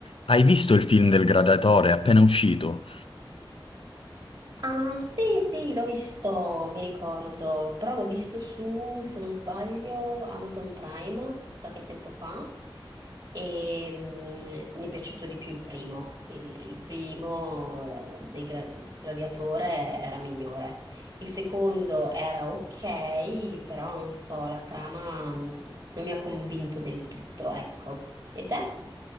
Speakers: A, on the left; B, on the right.
A: Hai visto il film del Gladiatore appena uscito?
B: Ah, sì, sì, l'ho visto, mi ricordo, però l'ho visto su, se non sbaglio, Amazon Prime qualche tempo fa e mm, mi è piaciuto di più il primo. Il, il primo dei gra- Gladiatore era migliore. Il secondo era ok, però non so, la trama mm, non mi ha convinto del tutto, ecco. E te?